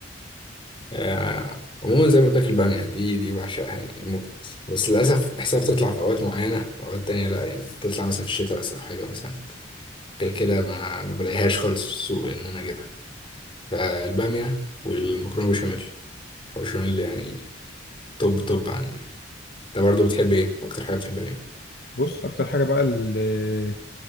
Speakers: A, on the left; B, on the left.
A: آه، عموما زي ما قلت لك البامية دي دي بعشقها يعني موت بس للأسف بحسها بتطلع في أوقات معينة وأوقات تانية لأ يعني بتطلع مثلا في الشتاء بس أو حاجة مثلا غير كده ما ما بلاقيهاش خالص في السوق إن أنا أجيبها فالبامية والمكرونة بشاميل المكرونة بشاميل يعني توب توب عندي أنت برضه بتحب إيه؟ أكتر حاجة بتحبها إيه؟
B: بص اكتر حاجه بقى اللي